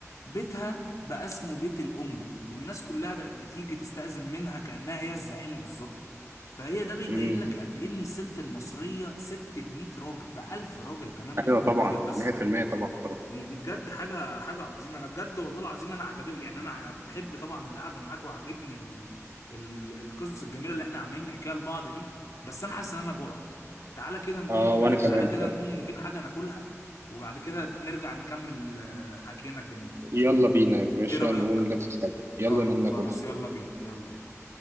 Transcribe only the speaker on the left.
بيتها بقى اسمه بيت الأمة والناس كلها بقت بتيجي تستأذن منها كأنها هي الزعيمة بالظبط فهي ده بيبين
لك قد إيه إن الست المصرية ست بمية راجل بألف راجل كمان مش
بمية
راجل بس
دي دي بجد حاجة حاجة عظيمة أنا بجد والله العظيم أنا عجب يعني أنا عجب بحب طبعا القعدة معاك وعاجبني ال... ال... القصص الجميلة اللي إحنا عمالين نحكيها لبعض دي بس أنا حاسس إن أنا جوعت تعالى كده نقوم
تعالى
كده نقوم نجيب حاجة ناكلها وبعد كده نرجع نكمل آه، حكينا الجميل
ايه رأيك
طيب
خلاص
يلا بينا يلا بينا